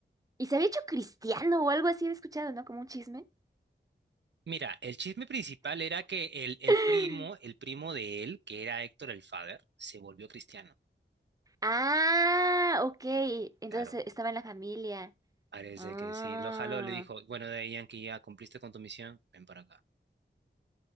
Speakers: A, on the right; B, on the right.
A: Y se había hecho cristiano o algo así, he escuchado, ¿no? Como un chisme. <gasps>
B: Mira, el chisme principal era que el, el
A: <laughs>
B: primo, el primo de él, que era Héctor el Father, se volvió cristiano.
A: Ah, ok. Entonces
B: Claro,
A: eh, estaba en la familia.
B: parece
A: Ah.
B: que sí. Lo jaló, le dijo, bueno, Daddy Yankee, ya cumpliste con tu misión, ven para acá.